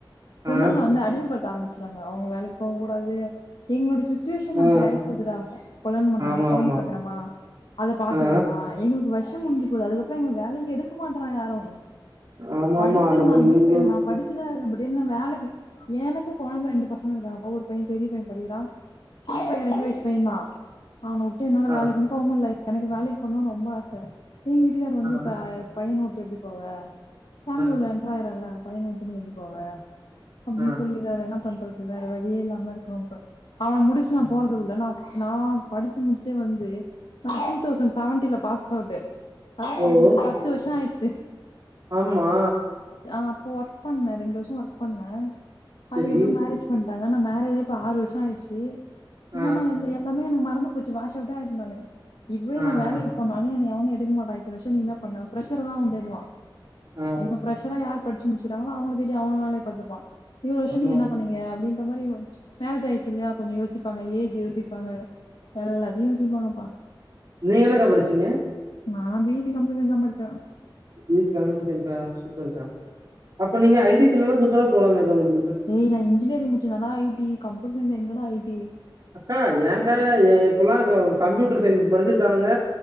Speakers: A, on the left; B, on the right.
A: பொண்ணுங்கள
B: ஆ,
A: வந்து அடிமப்படுத் ஆரம்பிச்டாங்க அவங்க வேலைக்கு போ கூடாது எங்களோட சுச்சுவேஷன்
B: ஆ.
A: அப்படி ஆயி போதுடா கொல்யாணம் பண்றாங்களா
B: ஆமா,
A: கொழந்த
B: ஆமா.
A: பெக்குரோமா அத பாத்துக்கரமா
B: ஆ.
A: உங்குளுக்கு வருஷம் முஞ்சு போது அதுக்கப்புறோ எங்களுக் வேலையு எடுக்க மாட்ராங்க யாரு
B: ஆமாமா.
A: படிச்சிருந்தாலுமே
B: நம்ம இவ்ளோ
A: இப்ப நா படிச்சுதா இருக்கே பட் என்ன வேலைக்கு எனக்கு கொழந்த ரெண்டு பசங்க இருக்காங்கப்பா ஒரு பையன் பெரிய பையன் படிக்கிறா சின்ன பையன் ரெண்டு வயசு பையன் தா அவன வுட்டு என்னால
B: ஆ, ஆ,
A: வேலைக்கும் போமுல்ல எனக்கு வேலைக்கு போனுன் ரொம் ரொம்ப ஆச எங்க வீட்டுக்கார் வந்து
B: ஆ,
A: இப்ப பையன் எப்டி போவ ஃபேமிலி
B: ஆ,
A: உள்ள என்ட்ராயிரோல பையன விட்டு நீ எப்படி போவ அப்டின்
B: ஆ.
A: சொல்லிராரு என்ன பண் அது வேற வழியே இல்லாம இருக்றோ இப்ப அவன முடிச்சுட்டு
B: ம்.
A: நா போறதுக்குள்ள நா நா படிச்சு முடிச்சே வந்து நா டூ தவுசண்ட் செவன்ட்டீன்ல சௌண்டு ஆயா,
B: ஓ!
A: கிட்டதட்ட பத்து வருஹோ ஆய தே
B: ஆமா
A: ஆஹ் அப்ப ஒர்க் பண்ண ரெண்டு வருஷ ஒர்க் பண்ண
B: சரி.
A: அதுக்கப்ரோ மேரேஜ் பண்ற அங்க ந மேரேஜ் ஆய் இப்ப ஆறு வருஷ ஆய்ச்சு
B: ஆ,
A: என்ன நா எல்லாமே எனக்கு மா ஒன்னு பூச்சு வாஷ் அவுட்டா நானு இப்பவே
B: ஆ,
A: நா வேலைகு
B: ஆ,
A: இனிமே எவனு எடுக்கமாட்டா இத்தன வருச நீ என்ன பண்ண ஃப்ஷர் அதா அவ தேடுவா
B: ஆ.
A: இப்ப ஃப்ரெஷரா யார் பட்ச்சி முட்ச்சிடவங்களா அவுங்களே தேடி அவன் வேலய பாத்துப்பா இவ்ள வருஷ
B: ஆமா.
A: நீங்க என்ன பண்ணீங்க அப்டின்னு இந்த மாரி ச்சி மேரெஜ் ஆயிருச்சிலயா கொஞ்சோ யோசி ப்பாங்க ஏஜ் யோசிப்பாங்க எல்லாத்தியு யோசி விவாம்பா
B: நீங்க என்னக்கா படிச்சிங்க
A: நா பி எஸ் சி கம்ப்யூசைன் தா படிச்ச
B: பி எஸ் சி கம்யூட்ர்சைன்ஸா சூப்பர்கா அப் இப்ப
A: ம்.
B: நீங்க ஐ டி ஃபீல்டுலலா சூப்பரா போலாமல்லக்கா உங்ளுக்கு
A: ஏய் நா இன்ஞ்னியரிங் முடிச்சிருந்தனா ஐ டி கம்யூட்டர்சைன்ஸ் எங்கடா ஐ டி
B: அக்கா ஏங்க ஏ இப்பலா க கம்யூட்டர்சைன்ஸ் படிச்சிருக்கானுங்க